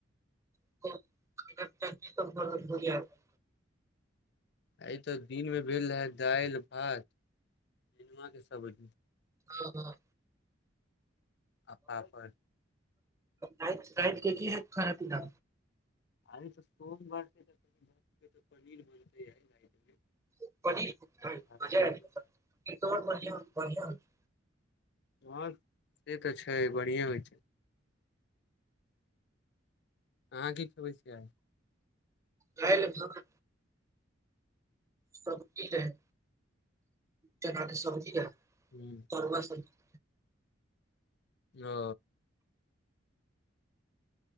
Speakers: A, on the right; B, on the left.
A: <unintelligible>
B: आइ तऽ दिनमे भेल रहय दाल भात नेनुआके सब्जी
A: ह ह
B: आ पापड़
A: राइत के कि हैत खाना पीना
B: अरे तऽ सोमवार <unintelligible> तऽ पनीर बनते आइ राइत
A: <unintelligible>
B: पनीर चावल हँ से तऽ छै बढ़िएँ होइत छै अहाँ की खयबै छियै‌ आइ
A: दाइल भात सब्जी रहय चनाके सब्जी रहय
B: हूँ
A: <unintelligible>
B: ओ